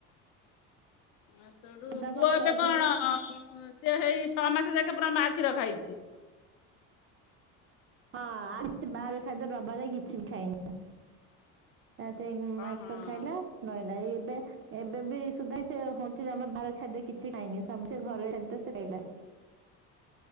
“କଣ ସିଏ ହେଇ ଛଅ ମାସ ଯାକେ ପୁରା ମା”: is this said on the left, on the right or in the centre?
Left